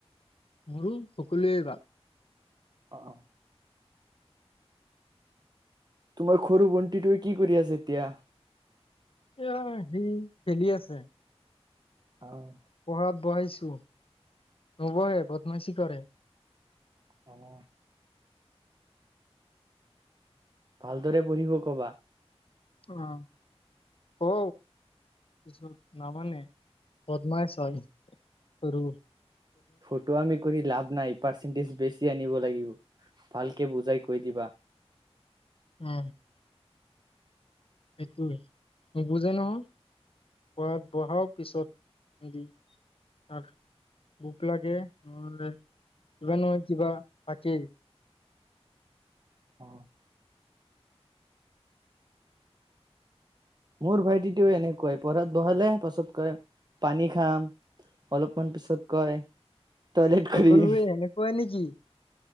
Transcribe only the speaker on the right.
অ' তোমাৰ খৰু ভন্তিটোৱে কি কৰি আছে এতিয়া
অ
আহ ভালদৰে পঢ়িব কবা
ফটোআমি কৰি লাভ নাই পাৰ্চেণ্টেজ বেছি আনিব লাগিব ভালকে বুজাই কৈ দিবা
অ মোৰ ভাইটিটোও এনেকুৱাই পঢ়াত বহালে পাছত কয় পানী খাম অলপমান পিছত কয় টয়লেট কৰিম